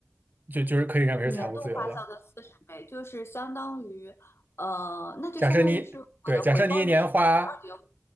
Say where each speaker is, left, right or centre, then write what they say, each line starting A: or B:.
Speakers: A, on the right; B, on the left.
A: 就就是可以认为是财务自由了。
B: 年度花销的四十倍就是相当于呃，那就相当于是我的回报率是百分之二点五。
A: 假设你对，假设你一年花